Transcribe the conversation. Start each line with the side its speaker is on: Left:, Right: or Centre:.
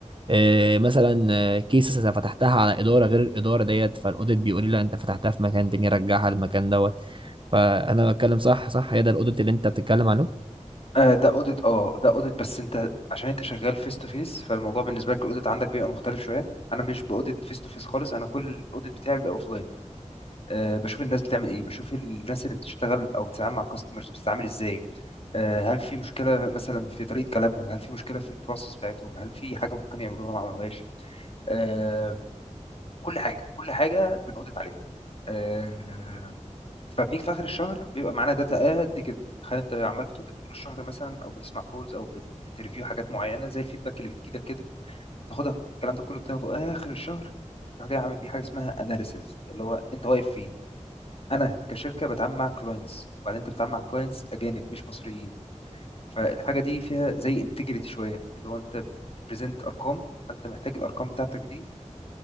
Right: إيه مثلا كيسز انا فتحتها على اداره غير الاداره ديت فالاوديت بيقول لي لا انت فتحتها في مكان تاني رجعها المكان دوت فانا بتكلم صح صح هي ده الاوديت اللي انت بتتكلم عنه
Left: آه، ده اوديت اه ده اوديت بس انت عشان انت شغال فيس تو فيس فالموضوع بالنسبه لك الاوديت عندك بيبقى مختلف شويه انا مش باوديت فيس تو فيس خالص انا كل الاوديت بتاعي بيبقى اوف لاين أه بشوف الناس بتعمل ايه بشوف الناس اللي بتشتغل او بتتعامل مع كاستمرز بتتعامل ازاي أه هل في مشكله مثلا في طريقه كلامهم هل في مشكله في البروسيس بتاعتهم هل في حاجه ممكن يعملوها ما عملوهاش أه كل حاجه كل حاجه بنأوديت عليها أه فبنيجي في اخر الشهر بيبقى معانا داتا قد كده تخيل انت عمال بتقضي طول الشهر مثلا او بتسمع كولز او بت- بتريفيو حاجات معينه زي الفيدباك اللي بتجيلك كده تاخدها الكلام ده كله بتاخده اخر الشهر تروح جاي عامل بيه حاجه اسمها اناليسيز اللي هو انت واقف فين انا كشركه بتعامل مع كلاينتس وبعدين انت بتتعامل مع كلاينتس اجانب مش مصريين فالحاجه دي فيها زي انتجريتي شويه اللي هو انت بتبريزنت ارقام فانت محتاج الارقام بتاعتك دي